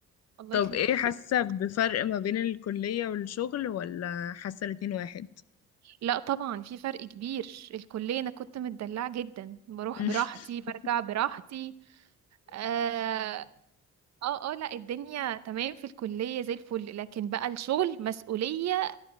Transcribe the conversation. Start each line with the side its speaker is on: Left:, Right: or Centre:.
Right: الله
Left: طب
Right: يخليكي
Left: ايه حاسة
Right: <laughs>
Left: بفرق ما بين الكلية والشغل ولا حاسة الاتنين واحد؟
Right: لا طبعا في فرق كبير الكليه انا كنت متدلعه جدا بروح
Left: <laughs>
Right: براحتي برجع براحتي اه اه آه، لا الدنيا تمام في الكليه زي الفل لكن بقى الشغل مسؤوليه